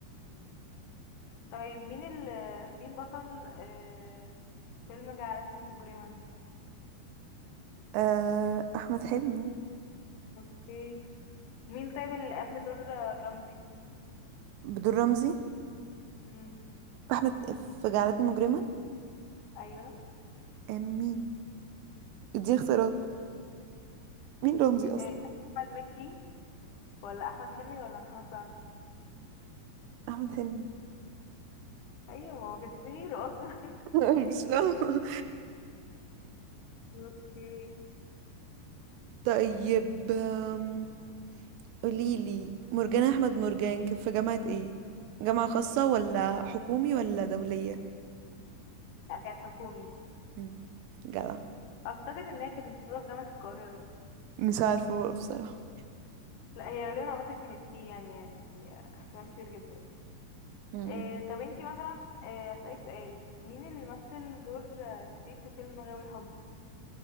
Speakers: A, on the left; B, on the right.
A: طيب مين ال مين بطل آه فيلم جعلتني مجرما
B: أه... احمد حلمي
A: اوكي مين طيب اللي قام بدور رمزي
B: بدور رمزي
A: امم
B: احمد في جعلتني مجرمة
A: ايوه
B: آه، مين دي اختيارات مين رمزي
A: إيه،
B: اصلا
A: احمد مكي ولا احمد حلمي ولا محمد سعد
B: احمد حلمي
A: ايوه ما هو كانش فيه غيره اصلا
B: <laughs> مش فاهمة
A: <laughs> اوكي
B: طيب آم، قوليلي مرجان احمد مرجان كان في جامعة ايه جامعة خاصة ولا حكومي ولا دولية
A: لا كانت حكومي
B: مم، جدع
A: اعتقد انها كانت متصوره في جامعه القاهره
B: مش عارفة بقى بصراحة
A: لا هي غالبا عامه كانت فيه يعني يعني احتمال كبير جدا
B: مم.
A: إيه طب انتي مثلا إيه اسالك سؤال مين اللي مثل دور آه، شريف في فيلم غاوي حب